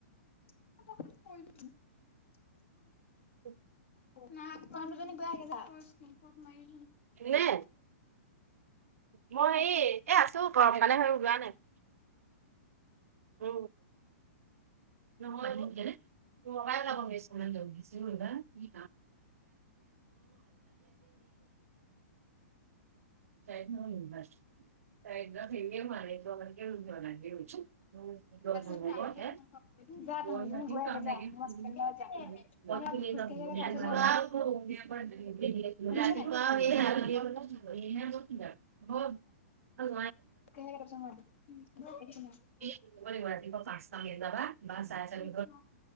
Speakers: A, on the left; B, on the right.
A: <unintelligible>
B: <unintelligible>
A: না দুজনী যা মাৰি
B: এ মই হে এ আছো গমকালে হৈ ওলোৱা নাই <unintelligible> অ ননোই লাবোমন্ান হিছিল কাম সে ত ন ত মাৰেটো আমাৰ কে দ লাইাগ চু ম
A: যা
B: কাম
A: যা তহঁতজনী গৈয়াগে যা
B: লাগ
A: মই ষ্টেণ্ডত যাম
B: <unintelligible>
A: খোজ কাঢ়ি আগে তাৰপিছত মই যাম
B: ে
A: শুনিছ নাই
B: ন <unintelligible>
A: চ <unintelligible>
B: ব লাগিব ৰাতিপুৱা পাঁচটান ল যাবা বা চাৰে চাৰিে
A: যাম